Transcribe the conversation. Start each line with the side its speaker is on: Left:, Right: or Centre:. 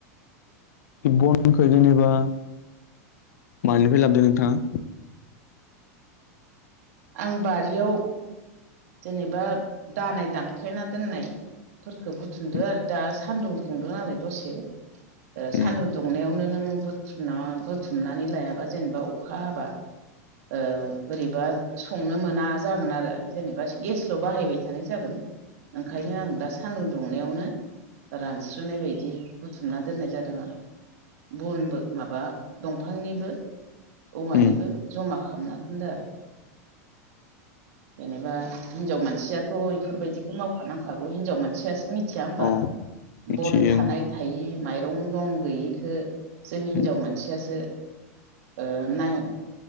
Left: बनखौ जेनेबा मानिफाय लाबदों नोंथाङा
Right: आं बारियाव जेनेबा दालाय दानख्लायना दोननाय फोरखौ बुथुमदो
Left: उम
Right: आरो दा सान्दुं दुंदोनालाय दसे ओ सान्दुं
Left: उम
Right: दुंनायावनो नों बुथुमना बुथुमनानै लायाबा जेनेबा अखा हाबा ओ बोरैबा संनो मोना जागोन आरो जेनेबा गेसल'
Left: उम
Right: बाहायबाय थानाय जागोन ओंखायनो
Left: उम
Right: आं दा सानदुं दुंनायावनो रानस्रोनाय बायदि बुथुमना दोननाय जादों आरो बनबो माबा दंफांनिबो औवानिबो
Left: उम
Right: जमा खामना दोनदो आरो जेनेबा हिनजाव मानसियाथ' इफोरबायदिखौ मावखानांखागौ हिनजाव मानसियासो मिथि थिया ओमबा
Left: अ मिथियो
Right: बन थानाय
Left: ओं
Right: थायि माइरं दं गैयिखौ जोंनि हिनजाव
Left: उम
Right: मानसियासो ओ नाय
Left: उम